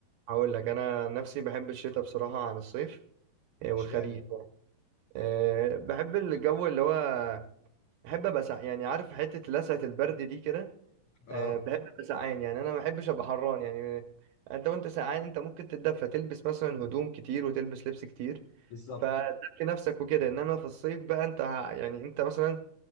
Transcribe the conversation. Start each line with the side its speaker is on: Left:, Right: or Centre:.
Right: هقول لك انا عن نفسي بحب الشتاء بصراحه عن الصيف آه،
Left: اشمعنى
Right: والخريف آه، بحب الجو اللي هو بحب ابقى سع... يعني عارف حته لسعه البرد دي كده
Left: اه
Right: أه بحب ابقى سقعان يعني انا ما بحبش ابقى حران يعني انت وانت سقعان انت ممكن تتدفى تلبس مثلا هدوم كتير وتلبس لبس كتير
Left: بالظبط
Right: فتدفي نفسك وكده انما في الصيف بقى انت ه- يعني انت مثلا